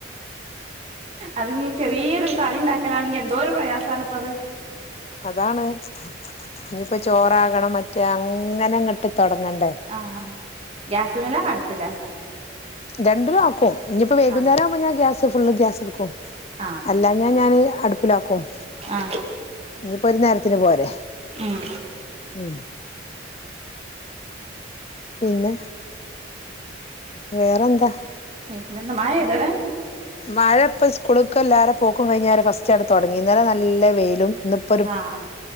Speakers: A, on the right; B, on the left.
A: അതിനി ചെറിയൊരു തറി ഉണ്ടാക്കലാണെങ്കിൽ എന്തോ ഒരു പ്രയാസമാണ് ഇപ്പൊ അത്
B: അതാണ് ഇനിയിപ്പോ ചോറാകണം മറ്റേ അങ്ങനെ അങ്ങട്ട്ത്തൊടങ്ങണ്ടേ
A: ആഹ് ഗ്യാസ്മേലാണ അടുപ്പിലാ
B: രണ്ടു ആക്കും ഇനിയിപ്പോ വെയ്കുന്നേരം
A: ആഹ്
B: ആവുമ്പോ ഞാ ഗ്യാസ് ഫുള്ള് ഗ്യാസ് എടുക്കും
A: ആഹ്
B: അല്ലാഞ്ഞ ഞാന് അടുപ്പിലാക്കും
A: ആഹ്
B: ഇനിയിപ്പൊരുനേരത്തിന് പോരെ
A: ഉം
B: ഉം പിന്നെ വേറെന്താ
A: പിന്നെന്താ <unintelligible> ഇവടെ
B: മഴ ഇപ്പോ സ്കൂളക്ക് എല്ലാരും പോക്കും കഴിഞ്ഞാല് ഫസ്റ്റ് എട് തൊടങ്ങി ഇന്നലെ നല്ല വെയിലും ഇന്ന്പ്പ്
A: ആഹ്